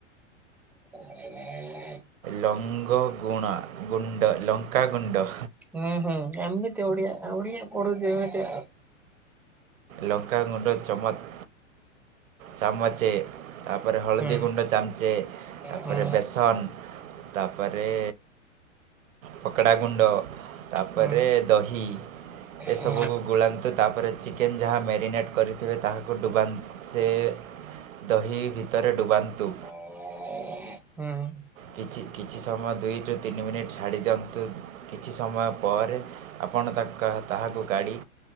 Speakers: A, in the centre; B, on the right (about 80°).
A: <inaudible>
B: ଲଙ୍ଗ ଗୁଣ- ଗୁଣ୍ଡ ଲଙ୍କାଗୁଣ୍ଡ
A: ହୁଁ -ହୁଁ ଏମିତି ଓଡିଆ- ଓଡିଆ ପଢୁଚି ଏମିତି ଆଉ।
B: ଲଙ୍କା ଗୁଣ୍ଡ ଚମଚ୍- ଚାମଚେ ତାପରେ ହଳଦୀ
A: ହୁଁ
B: ଗୁଣ୍ଡ ଚାମଚେ ତାପରେ
A: ହୁଁ
B: ବେସନ୍ ତାପରେ ପକଡା ଗୁଣ୍ଡ ତାପରେ
A: ହୁଁ
B: ଦହି ଏସବୁକୁ
A: ହୁଁ
B: ଗୋଳାନ୍ତୁ ତାପରେ ଚି ଚିକେନ୍ ଯାହା ମ୍ୟାରିନେଟ୍ କରିଥିବେ ତାହାକୁ ଡୁବାନ୍ ସେ ଦହି ଭିତରେ ଡୁବାନ୍ତୁ।
A: ହୁଁ।
B: କିଛି- କିଛି ସମୟ ଦୁଇରୁ ତିନି ମିନିଟ୍ ଛାଡି ଦିଅନ୍ତୁ କିଛି ସମୟ ପରେ ଆପଣ ତା- ତାହାକୁ କାଢି